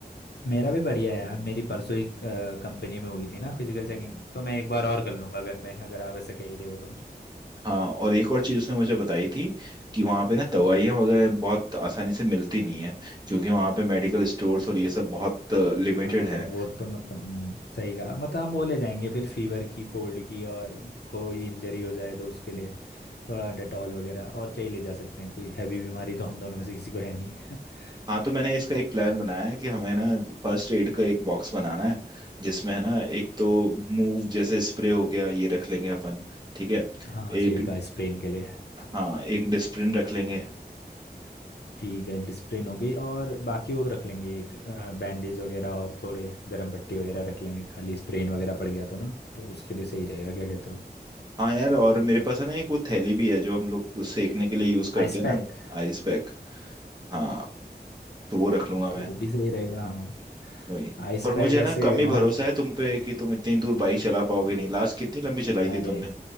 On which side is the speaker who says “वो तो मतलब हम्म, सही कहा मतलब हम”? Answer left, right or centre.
Left